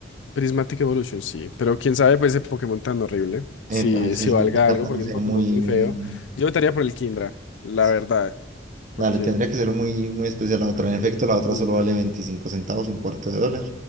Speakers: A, on the left; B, on the right.
A: Prismatic Evolution, sí. Pero quién sabe, pues ese Pokémon tan horrible.
B: Eh,
A: Si,
B: pero sí,
A: si
B: sí,
A: valga
B: esta carta
A: algo, porque
B: no se
A: es un Pokémon
B: ve muy...
A: muy
B: muy-
A: feo. Yo votaría por el Kindra, la
B: sí.
A: verdad. Porque.
B: Dale, tendría que ser muy, muy especial la otra. En efecto, la otra
A: Sí.
B: solo vale 25 centavos, un cuarto de dólar.